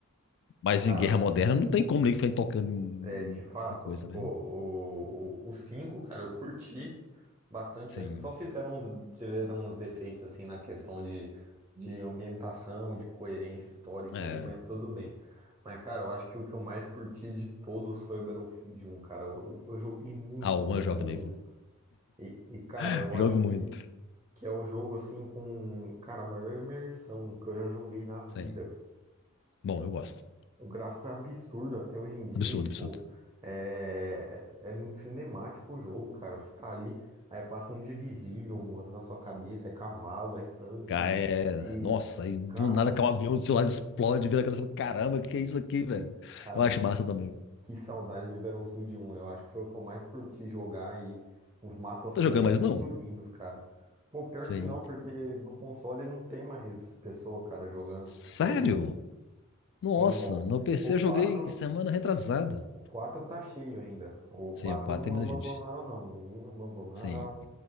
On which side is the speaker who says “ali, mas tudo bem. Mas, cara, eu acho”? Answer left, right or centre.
Right